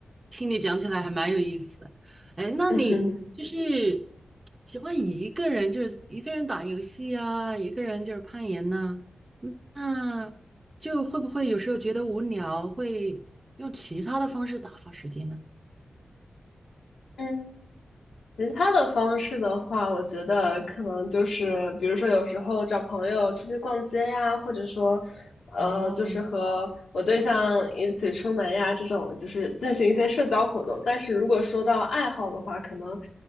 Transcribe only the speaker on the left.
嗯 <laughs>
嗯，其他的方式的话，我觉得可能就是，比如说有时候找朋友出去逛街呀，或者说，呃，
就是和我对象一起出门呀，这种就是进行一些社交活动。但是如果说到爱好的话，可能